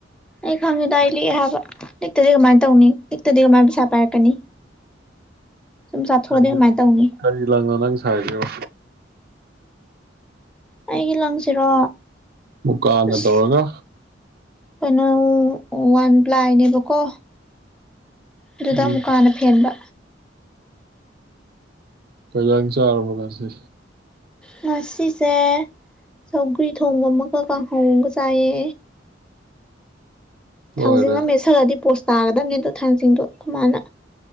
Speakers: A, in the centre; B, on the right.
A: ꯑꯩ ꯈꯪꯉꯤꯗ ꯑꯩ ꯂꯤꯛꯑꯦ ꯍꯥꯏꯕ ꯂꯤꯛꯇꯗꯤ ꯀꯃꯥꯏꯅ ꯇꯧꯅꯤ ꯂꯤꯛꯇꯗꯤ ꯀꯃꯥꯏꯅ ꯄꯩꯁꯥ ꯄꯥꯏꯔꯛꯀꯅꯤ ꯁꯨꯝ ꯆꯥꯊꯣꯛꯑꯗꯤ
B: ꯀꯔꯤ
A: ꯀꯃꯥꯏꯅ ꯇꯧꯅꯤ
B: ꯀꯔꯤ ꯂꯪꯅꯣ ꯅꯪ ꯁꯥꯔꯤꯁꯤꯕꯣ
A: ꯑꯩꯒꯤ ꯂꯪꯁꯤꯔꯣ
B: ꯃꯨꯛꯀꯅ
A: ꯑꯁ
B: ꯇꯧꯔꯒ
A: ꯀꯩꯅꯣ ꯋꯥꯟ ꯄ꯭ꯂꯥꯏꯅꯦꯕꯀꯣ ꯑꯗꯨꯗꯥ
B: ꯎꯝ
A: ꯃꯨꯀꯥꯅ ꯐꯦꯟꯕ
B: ꯀꯩ ꯌꯦꯟꯖꯥꯡ ꯆꯥꯔꯕ ꯉꯁꯤ
A: ꯉꯁꯤꯁꯦ ꯁꯧꯒ꯭ꯔꯤ ꯊꯣꯡꯕꯥ ꯑꯃꯒ ꯀꯥꯡꯍꯧ ꯑꯃꯥꯒ ꯆꯥꯏꯌꯦ
B: ꯂꯣꯏꯔꯦ
A: ꯊꯥꯡꯖꯤꯡ ꯑꯃ ꯃ‌ꯦꯠꯁꯜ ꯂꯗꯤ ꯄꯣꯁ ꯇꯥꯒꯗꯕꯅꯤ ꯑꯗꯣ ꯊꯥꯡꯖꯤꯡꯗꯣ ꯑꯈ‌ꯣꯏ ꯃꯅꯥ